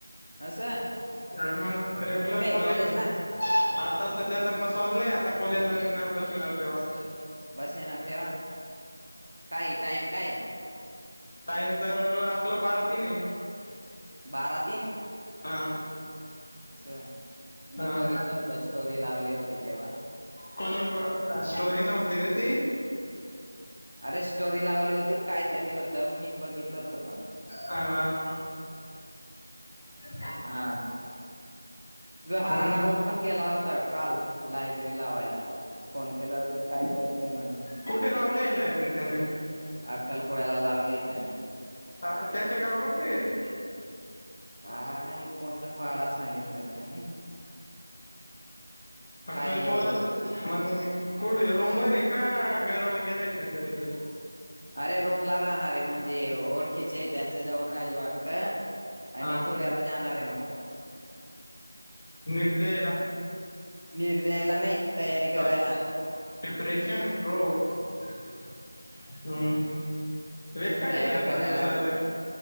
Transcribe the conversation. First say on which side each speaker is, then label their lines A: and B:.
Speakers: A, on the right; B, on the left.
A: असं
B: अनं मग, रेग्युलर
A: कुठे
B: कॉलेज
A: कॉलेजला
B: आहे ना. आता संध्या तर मसदलय. आता कॉलेजला निघणार बस येणार तेव्हा.
A: बस येणार तेव्हा, काय टाइम काय?
B: टाईम तर, आपलं बारा तीन ये.
A: बारा तीन.
B: हा.
A: असं मी
B: अं..
A: बघितलं होत स्टोरी लावली होती तेव्हा.
B: कोणी अ- स्टोरी नव्हती रे ती.
A: अरे स्टोरी लावली होती. काय तरी होत, मी बघितलं होत पण.
B: हा <inaudible>
A: हा, बहा
B: मग
A: राहुल. पण गेला होता काल लायब्ररी लावायला, फोन केला होता काय करतेय म्हणून.
B: कुठे लावलेय लायब्रेरी त्याने,
A: अक्कल कोयाला लावली त्याने,
B: ह- त्याचे गाव कोणते आहे रे?
A: काय कोणता पाडा सांगितला त्याने
B: अक्कन
A: काय
B: कोलाला मग कुठे रूमवर आहे का घर वगैरे आहे त्यांच्या तिकडे.
A: अरे रूम ला राहणारे म्हणजे ओळखीचे त्यांच्या जवळ राहील वाटतं! आणि
B: हा
A: धुळ्याला जाणार आहे मग तो
B: नट देेयला
A: नीट द्यायला नाही. तयारी करायला.
B: ह डिप्रेशन रो हम्म रे कााय
A: तयारी
B: ये नारत
A: करायला
B: ते साले.